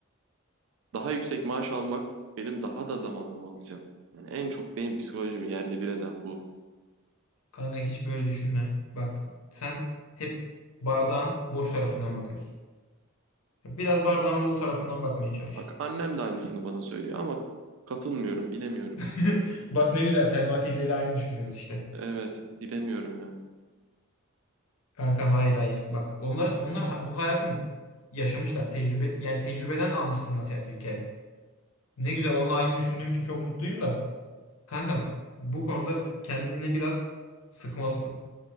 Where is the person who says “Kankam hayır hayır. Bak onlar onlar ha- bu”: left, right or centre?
Left